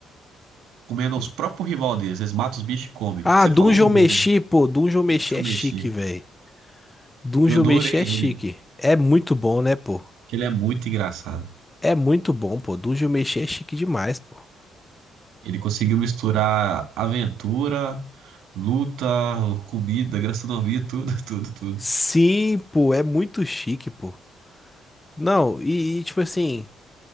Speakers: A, on the right; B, on the left.
A: Comendo
B: Hum.
A: os próprios rival deles. Eles matam os bichos e comem.
B: Ah,
A: Você
B: Dungeon
A: falou o nome
B: Meshi,
A: dele
B: pô. Dungeon Meshi
A: aí. Onde eu
B: é
A: mexi.
B: chique, velho. Dungeon
A: Eu adorei
B: Meshi é
A: ele.
B: chique. É muito bom, né, pô?
A: que Ele é muito engraçado.
B: É muito bom, pô. Dungeon Meshi é chique demais, pô.
A: Ele conseguiu misturar aventura, luta, comida, gastronomia, tudo, <laughs> tudo, tudo.
B: Sim, pô, é muito chique, pô. Não, e, e, tipo assim,